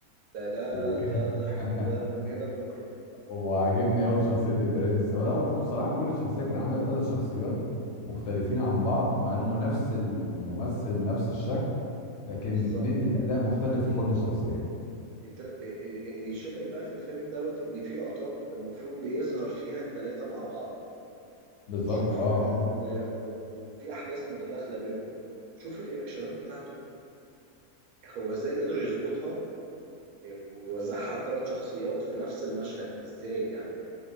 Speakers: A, on the right (about 80°); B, on the left (about 65°).
A: ده ده
B: وكده
A: ده ضحك
B: <laughs>
A: كده من هنا لبكرة
B: هو عاجبني قوي شخصيه البرنس ولا هو بصراحه كل شخصيه كان عامل ثلاث شخصيات مختلفين عن بعض مع ان هو نفس الممثل نفس الشكل لكن
A: بالظبط
B: مدي الاداء مختلف في كل شخصيه
A: انت ال- ال- اللي يشدك بقى في الفيلم دوت ان في لقطات المفروض بيظهر فيها التلاتة مع بعض
B: بالظبط
A: شوف
B: اه
A: ال... و- وفي احداث متداخلة بينهم شوف الرياكشنات بتاعته هو ازاي قدر يظبطها آه، ويوزعها على الثلاث شخصيات في نفس المشهد ازاي يعني